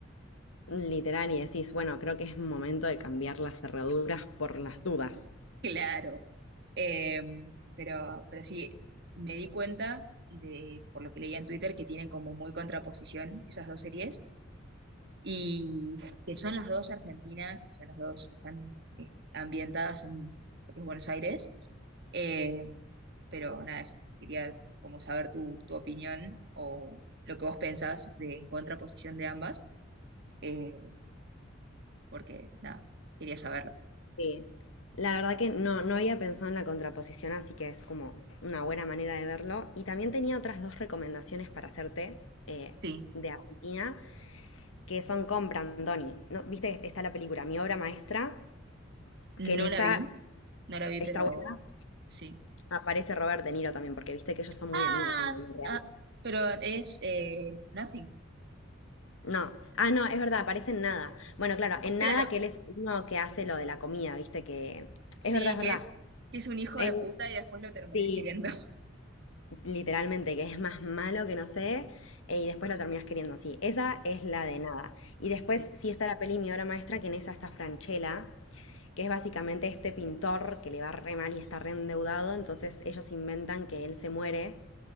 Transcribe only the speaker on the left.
literal, y decís, bueno, creo que es momento de cambiar las cerraduras por las dudas.
Sí. La verdad que no, no había pensado en la contraposición, así que es como una buena manera de verlo. Y también tenía otras dos recomendaciones para hacerte eh,
de Argentina, que son con Brandoni. ¿No? Viste que está la película Mi obra maestra,
que en esa
está
buena,
aparece Robert De Niro también, porque viste que ellos son muy
amigos en la
vida real.
No, ah, no, es verdad, aparece en nada. Bueno, claro, en nada
que él es uno que hace lo de la comida, viste que.
Es verdad, es
verdad.
En...
Sí,
literalmente, que es más malo que no sé, eh, y después la terminas queriendo, sí. Esa es la de nada. Y después
sí está la peli Mi obra maestra, que en esa está Franchella, que es básicamente este pintor que le va re mal y está re endeudado, entonces ellos inventan que él se muere,